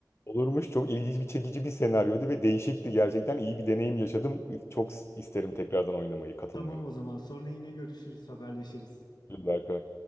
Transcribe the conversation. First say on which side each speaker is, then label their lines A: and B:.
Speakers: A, on the left; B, on the left.
A: Olurmuş çok ilginç bir çekici bir senaryoydu ve değişikti gerçekten iyi bir deneyim yaşadım. Çok isterim tekrardan oynamayı, katılmayı.
B: Tamam o zaman. Sonra yine görüşürüz, haberleşiriz.
A: Berkay.